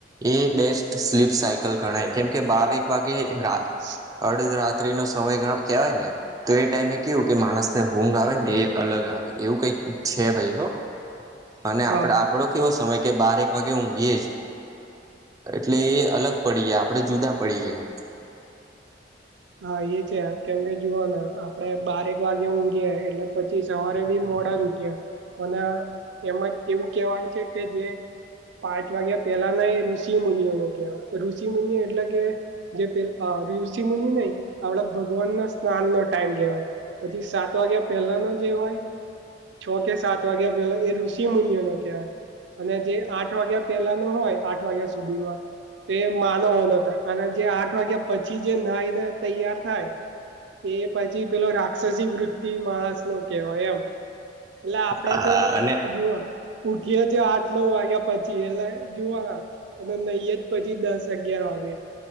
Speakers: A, on the right; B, on the right.
A: એ બેસ્ટ સ્લીપ સાયકલ ગણાય કેમકે બારક વાગે રા
B: <unintelligible>
A: અડધ રાત્રી નો સમય ગણો કહેવાય ને તો એ ટાઈમે કેવું કે માણસ ને ઊંઘ આવે ને એ અલગ આવે એવું કઈક છે ભાઈ હો.
B: <inaudible>
A: અને આપડ
B: હા
A: આપડો કેવો સમય કે બારેક વાગે ઊંઘી એ જ એટલે એ અલગ પડી ગયા આપણે જુદા પડી ગયા.
B: હા એ છે કેમ કે જુઓને આપડે બારેક વાગે ઊંઘી એટલે પછી સવારે બી મોડા જ ઉઠ્યા અને એમાં એવું કહેવાય છે કે જે, પાંચ વાગ્યા પેલાના એ ઋષિ મુુનિઓનુ કેવાય ઋષિ મુુનિ એટલે કે જે પેલ એ ઋષિ મુ આપડા ભગવાન ન સ્નાન નો ટાઈમ કેવાય પછી સાત વાગ્યા પહેલા ન જે હોય છ કે સાત વાગ્યા પેલા એ ઋષિ મુનિઓનો કહેવાય. અને જે આઠ વાગ્યા પેલા ન હોય આઠ વાગ્યા સુધીમાં તે માનવો નતા અને જે આઠ વાગ્યા પછી જે નાાઈ ને તૈયાર થાય એ પછી પેલો રાક્ષસી વૃતિ માણસ નો કેવાય એમ. એટલે આપડે
A: હા
B: તો
A: અને
B: જુઓ ઉઠીએ છે આઠ નવ વાગ્યા પછી એટલા જોવા અને નહી પછી દસ અગિયાર વાગે